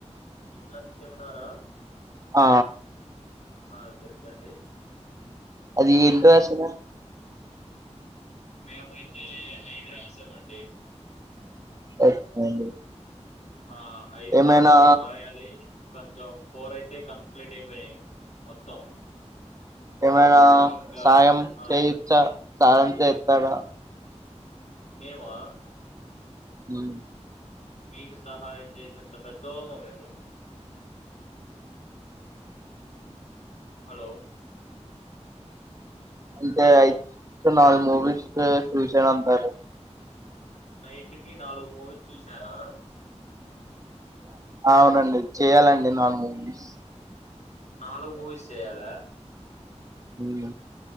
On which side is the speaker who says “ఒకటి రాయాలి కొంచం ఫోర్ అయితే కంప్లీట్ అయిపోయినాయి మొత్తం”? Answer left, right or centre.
Left